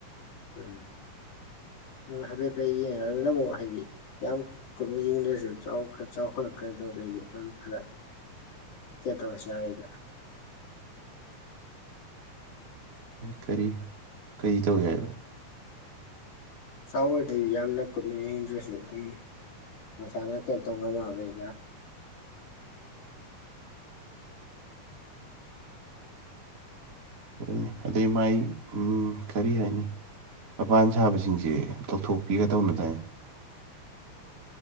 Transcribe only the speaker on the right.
ꯀꯔꯤ ꯀꯔꯤ ꯇꯧ ꯌꯥꯏꯕ
ꯎꯝ ꯑꯗꯩ ꯃꯥꯏ ꯎꯝ ꯀꯔꯤ ꯍꯥꯏꯅꯤ ꯃꯄꯥꯟ ꯁꯥꯕꯁꯤꯡꯁꯦ ꯇꯧꯊꯣꯛꯄꯤꯒꯗꯧꯅ ꯇꯥꯏ